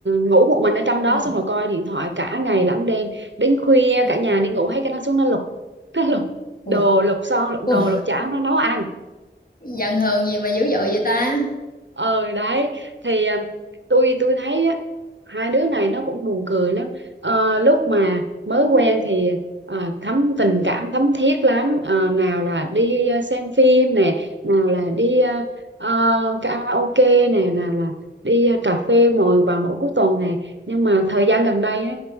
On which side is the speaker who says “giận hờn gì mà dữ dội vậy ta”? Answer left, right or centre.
Left